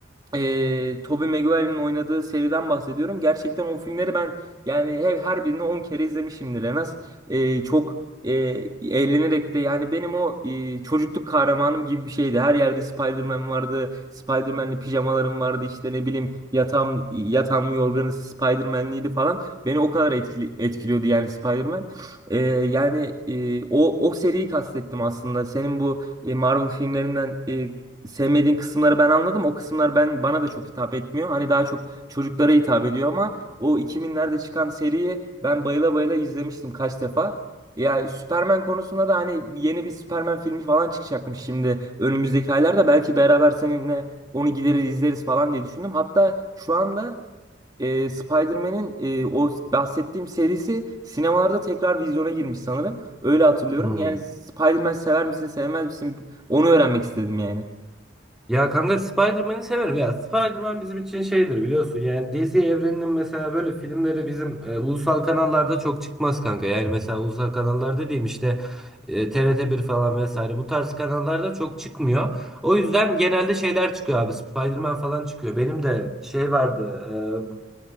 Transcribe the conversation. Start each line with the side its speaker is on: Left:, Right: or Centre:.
Right: e, Tobey Maguire'in oynadığı seriden bahsediyorum. Gerçekten o filmleri ben yani her, her birini 10 kere izlemişimdir en az. E, çok e, eğlenerek de yani benim o e, çocukluk kahramanım gibi bir şeydi. Her yerde Spider-Man vardı. Spider-Man'li pijamalarım vardı. İşte ne bileyim yatağım, yatağımın yorganı Spider-Man'liydi falan. Beni o kadar etkili, etkiliyordu yani Spider-Man. E, yani e, o, o seriyi kastettim aslında. Senin bu e, Marvel filmlerinden sevmediğin kısımları ben anladım. O kısımlar ben bana da çok hitap etmiyor. Hani daha çok çocuklara hitap ediyor ama o 2000'lerde çıkan seriyi ben bayıla bayıla izlemiştim kaç defa. Yani Superman konusunda da hani yeni bir Superman filmi falan çıkacakmış şimdi önümüzdeki aylarda. Belki beraber seninle onu gideriz izleriz falan diye düşündüm. Hatta şu anda e, Spider-Man'in e, o bahsettiğim serisi sinemalarda tekrar vizyona girmiş sanırım. Öyle hatırlıyorum.
Centre: Hmm.
Right: Yani Spider-Man sever misin sevmez misin onu öğrenmek istedim yani.
Centre: Ya kanka Spider-Man'i severim ya. Spider-Man bizim için şeydir biliyorsun. Yani DC evreninin mesela böyle filmleri bizim e, ulusal kanallarda çok çıkmaz kanka. Yani mesela ulusal kanallar dediğim işte e, TRT1 falan vesaire bu tarz kanallarda çok çıkmıyor. O yüzden genelde şeyler çıkıyor abi. Spider-Man falan çıkıyor. Benim de şey vardı. e,